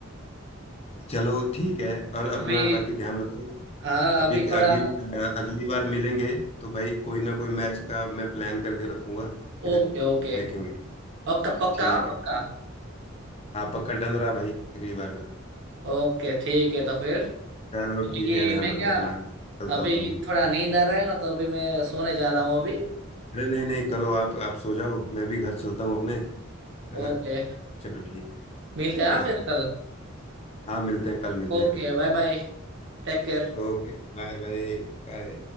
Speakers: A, on the left (about 30°); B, on the right (about 60°).
A: चलो ठीक है और
B: अभी
A: अपना बाकी ध्यान रखो
B: हाँ
A: अभी
B: अभी थोड़ा
A: अगली अगली बार मिलेंगे तो भाई कोई ना कोई मैच का मैं प्लान करके रखूंगा फिर
B: Okay okay
A: देखेंगे
B: पक्का पक्का
A: ठीक है
B: पक्का
A: हाँ पक्का डन रहा भाई अगली बार का
B: ओके ठीक है तो फिर
A: चलो ठीक
B: कि
A: है ध्यान
B: मैं
A: रखो
B: क्या
A: अपना चलता
B: अभी
A: हूँ मैं भी
B: थोड़ा नींद आ रहा है ना तो अभी मैं सोने जा रहा हूँ अभी
A: अरे नहीं नहीं करो आप आप सो जाओ मैं भी घर चलता हूँ अपने है ना
B: ओके
A: चलो ठीक
B: मिलते हैं हाँ
A: ओके
B: फिर कल
A: हाँ मिलते हैं कल मिलते
B: Okay
A: हैं भाई
B: bye bye Take care
A: Okay bye bye bye